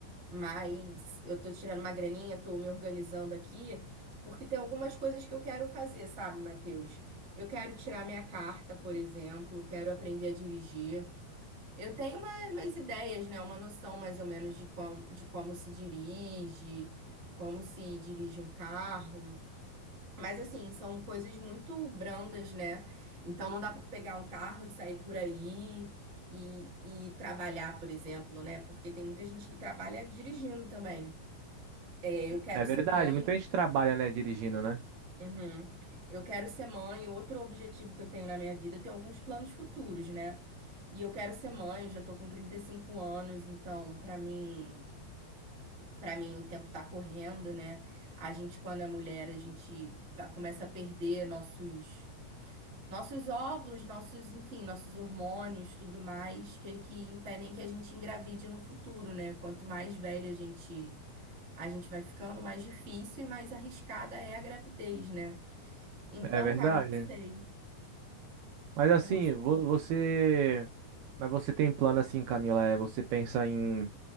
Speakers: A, on the right; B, on the right.
A: mas eu tô tirando uma graninha, tô me organizando aqui, porque tem algumas coisas que eu quero fazer, sabe, Matheus? Eu quero tirar minha carta, por exemplo, quero aprender a dirigir. Eu tenho uma- umas ideias, né? Uma noção mais ou menos de como, de como se dirige, como se dirige um carro. um mas assim, são coisas muito brandas, né? Então não dá para pegar um carro e sair por aí e, e trabalhar, por exemplo, né? Porque tem muita gente que trabalha dirigindo também. É, eu quero
B: É, é verdade,
A: ser mãe.
B: muita gente trabalha, né, dirigindo, né?
A: Uhum. Eu quero ser mãe. Outro objetivo que eu tenho na minha vida, eu tenho alguns planos futuros, né? E eu quero ser mãe, eu já tô com 35 anos, então para mim, para mim o tempo tá correndo, né? A gente quando é mulher, a gente vai- começa a perder nossos Nossos óvulos, nossos, enfim, nossos hormônios, tudo mais, que, que impedem que a gente engravide no futuro, né? Quanto mais velho a gente, a gente vai ficando, mais difícil e mais arriscada é a gravidez, né? Então,
B: É verdade.
A: cara, eu não sei.
B: Mas assim,
A: Eu não sei.
B: vo- você, mas você tem plano assim, Camila, é você pensa em